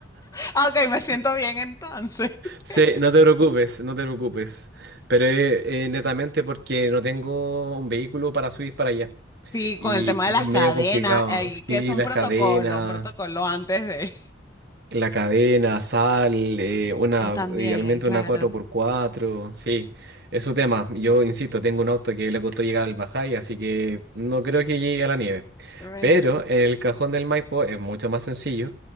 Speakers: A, on the left; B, on the right.
A: Ah, ok, me siento
B: <laughs>
A: bien entonces.
B: Sí,
A: <laughs>
B: no te preocupes, no te preocupes. Pero eh, eh, netamente porque no tengo un vehículo para subir para allá.
A: Sí,
B: Y,
A: con el tema
B: y
A: de las
B: es medio
A: cadenas,
B: complicado.
A: eh,
B: Sí,
A: que es un
B: las
A: protocolo,
B: cadenas.
A: un protocolo antes de.
B: La cadena, sal, eh, una,
A: Ah, también,
B: idealmente
A: claro.
B: una cuatro por cuatro sí, es su tema. Yo insisto, tengo un auto que le costó llegar al Bajay, así que no creo que llegue a la nieve.
A: Re-
B: Pero en el Cajón del Maipo es mucho más sencillo.